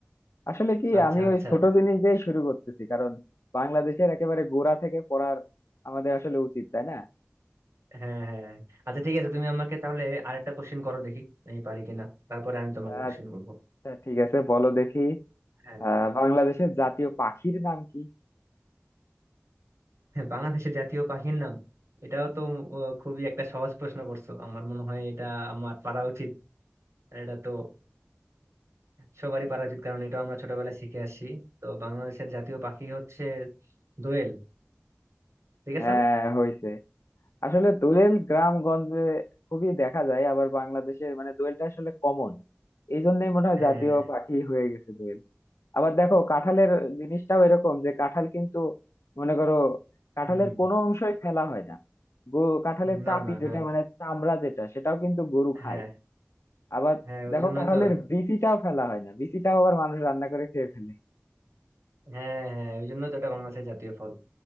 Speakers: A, on the left; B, on the right.
A: আসলে কি
B: আচ্ছা
A: আমি
B: আচ্ছা
A: ওই ছোট জিনিস দিয়ে শুরু করতেছি কারণ বাংলাদেশের একেবারে গোড়া থেকে পড়ার আমাদের আসলে উচিত তাই না
B: হ্যাঁ হ্যাঁ আচ্ছা ঠিক আছে তুমি আমাকে তাহলে আরেকটা কোশ্চিন করো দেখি আমি পারি কিনা তারপরে আমি তোমাকে কোশ্চিন
A: আচ্ছা
B: করবো
A: ঠিক আছে বলো দেখি
B: হ্যাঁ
A: আহ বাংলাদেশের জাতীয় পাখির নাম কি
B: হ্যাঁ, বাংলাদেশের জাতীয় পাখির নাম এটাও তো ও, খুবই একটা সহজ প্রশ্ন করছো আমার মনে হয় এটা আমার পারা উচিত এটা তো সবারই পারা উচিত কারণ এটা আমরা ছোটবেলায় শিখে আসছি তো বাংলাদেশের জাতীয় পাখি হচ্ছে দোয়েল ঠিক আছে
A: হ্যাঁ
B: না
A: হয়েছে আসলে দোয়েল গ্রামগঞ্জে খুবই দেখা যায় আবার বাংলাদেশে মানে দোয়েলটা আসলে কমন এই জন্যই মনে হয়
B: হ্যাঁ
A: জাতীয় পাখি হয়ে গেছে দোয়েল আবার দেখো কাঁঠালের জিনিসটাও এরকম যে কাঁঠাল কিন্তু মনে করো কাঁঠালের
B: হুম
A: কোনো অংশই ফেলা হয় না গো- কাঁঠালের
B: না
A: চাপি
B: না হ্যাঁ
A: যেটা মানে চামড়া যেটা সেটাও কিন্তু গরু খায়
B: হ্যাঁ
A: আবার
B: হ্যাঁ ওই
A: দেখো
B: জন্যই
A: কাঁঠালের
B: তো
A: বিচিটাও ফেলা হয় না বিচিটাও আবার মানুষ রান্না করে খেয়ে ফেলে
B: হ্যাঁ হ্যাঁ ওই জন্যই তো এটা বাংলাদেশের জাতীয় ফল